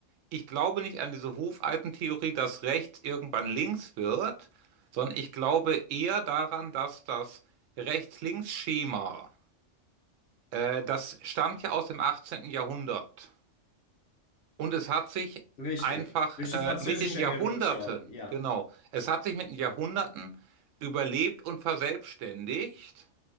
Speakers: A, on the right (about 80°); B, on the left (about 55°).
A: ich glaube nicht an diese Hufeisentheorie, dass rechts irgendwann links wird, sondern ich glaube eher daran, dass das Rechts-Links-Schema, äh, das stammt ja aus dem 18. Jahrhundert. Und es hat sich
B: Richtig.
A: einfach
B: Durch die
A: äh,
B: Französische
A: mit den Jahrhunderten,
B: Revolution. Ja.
A: genau, es hat sich mit den Jahrhunderten überlebt und verselbstständigt.